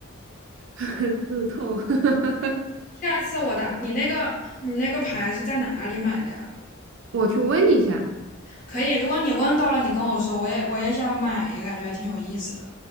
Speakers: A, on the left (about 40°); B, on the right (about 60°).
A: 好，
B: <laughs> 刺痛。<laughs>
A: 下一次我打你那个你那个牌是在哪里买的呀？
B: 我去问一下。
A: 可以，如果你问到了，你跟我说，我也我也想买一个，感觉还挺有意思的。